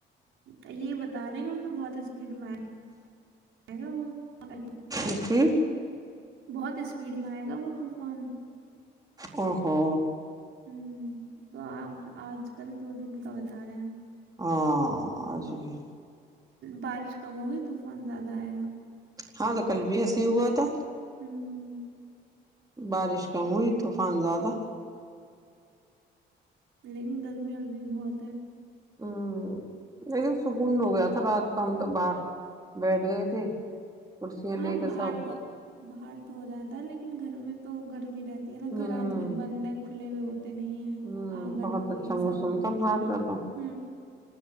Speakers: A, on the right; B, on the right.
A: ہ یہ بتا رہے ہیں کہ ان لو بہت اسپیڈ میں ہے گا وہ ماڈل بھی
B: اس کی
A: بہت اسپیڈ میں آئے گا وہ طوفان
B: اور ہو
A: ہمم تو آپ آج کل دو دن کا بتا رہے ہیں
B: ہاں آج بھی
A: بارش کم ہوگی طوفان زیادہ آئے گا
B: ہاں تو کل بھی ایسے ہی ہوا تھا
A: ہوں
B: بارش کم ہوئی طوفان زیادہ
A: لیکن گرمی ابھی بھی بہت ہے
B: ہوں
A: <inaudible>
B: لیکن سکون ہو گیا تھا رات تو ہم تو باہر بیٹھ گئے تھے کرسیاں
A: ہاں
B: لے کے
A: باہر
B: سب
A: دو باہر تو ہو جاتا ہے لیکن گھر میں تو گ بھی رہتی ہے نا
B: ہوں
A: گھر آج کل بند ہے کھلے ہوئے ہوتے نہیں ہے
B: ہوں
A: آنگن
B: بہت
A: ہو
B: اچھا
A: یہ سب
B: موسم تھا باہر کا
A: ہ